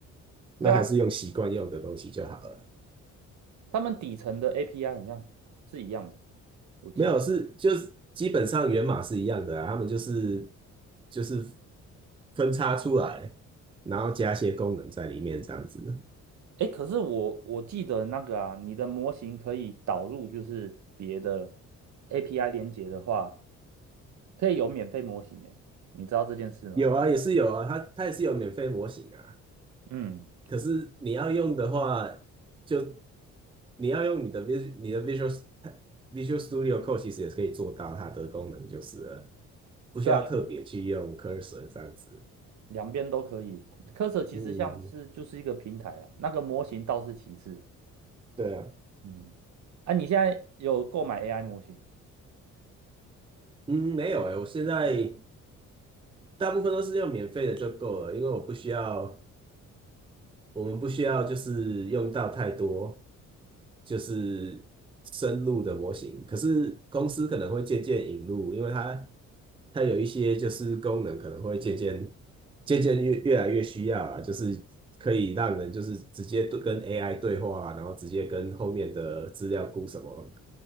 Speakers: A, on the right; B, on the right.
A: 那还是用习惯用的东西就好了。
B: 对啊，他们底层的 API 很像是一样的，我记得。
A: 没有，是就是基本上源码是一样的啊，他们就是就是分叉出来，然后加些功能在里面这样子。
B: 哎，可是我我记得那个啊，你的模型可以导入就是别的 API 连接的话，可以有免费模型呢。你知道这件事吗？
A: 有啊，也是有啊，它它也是有免费模型啊。
B: 嗯，
A: 可是你要用的话，就你要用你的 Vis u a l 你的 Visual Visual Studio Code 其实也是可以做到它的功能就是了不需要特别去用
B: 对啊，
A: Cursor 这样子。
B: 两边都可以。Cursor 其实像是就是一个平台啊，
A: 嗯，
B: 那个模型倒是其次。
A: 对啊，
B: 嗯，啊，你现在有购买 AI 模型？
A: 嗯，没有诶，我现在。大部分都是用免费的就够了，因为我不需要，我们不需要就是用到太多就是深入的模型。可是公司可能会渐渐引入，因为它它有一些就是功能可能会渐渐渐渐越越来越需要啊，就是可以让人就是直接对跟 AI 对话啊然后直接跟后面的资料库什么